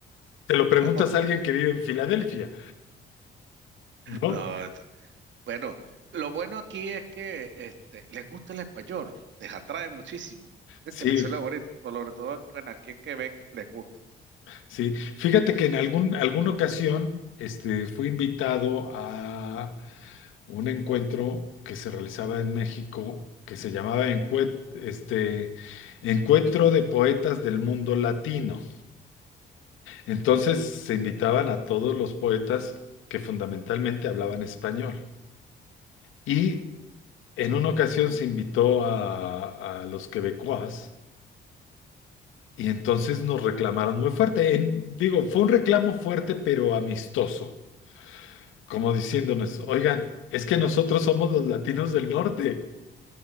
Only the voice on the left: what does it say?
Te lo preguntas
a alguien que vive en Filadelfia, ¿no?
Sí,
sí. Fíjate que en algún, alguna ocasión este, fui invitado a un encuentro que se realizaba en México, que se llamaba Encue- este, Encuentro de Poetas del Mundo Latino. Entonces se invitaban a todos los poetas que fundamentalmente hablaban español. Y en una ocasión se invitó a, a los quebecois y entonces nos reclamaron muy fuerte. En- digo, fue un reclamo fuerte pero amistoso, como diciéndonos, oigan, es que nosotros somos los latinos del norte